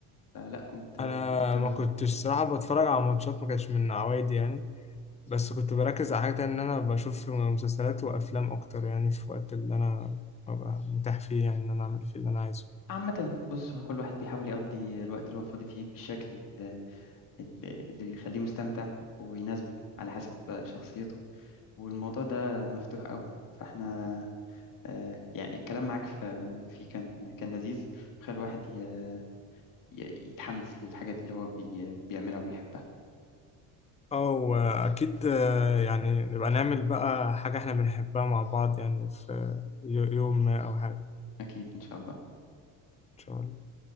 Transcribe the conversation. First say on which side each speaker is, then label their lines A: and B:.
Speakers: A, on the left (about 50°); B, on the left (about 15°).
A: فلا كنت
B: انا
A: كنت متابع
B: ما
A: قوي
B: كنتش صراحه بتفرج على ماتشات ما كانش من عوايدي يعني بس كنت بركز على حاجه تانية ان انا بشوف مسلسلات وافلام اكتر يعني في الوقت اللي انا ببقى متاح فيه يعني ان انا اعمل فيه اللي انا عايزه
A: عامة بص هو كل واحد بيحاول يقضي الوقت اللي هو فاضي فيه بالشكل اللي, اللي اللي يخليه مستمتع ويناسبه على حسب شخصيته والموضوع ده مفتوح قوي فاحنا آه، يعني الكلام معاك في فيه كان كان لذيذ خلى الواحد ي- ي- يتحمس للحاجات اللي هو بي- بيعملها وبيحبها
B: اه واكيد آه، يعني نبقى نعمل بقى حاجه احنا بنحبها مع بعض يعني في يو- يوم ما او حاجه
A: أكيد إن شاء الله
B: ان شاء الله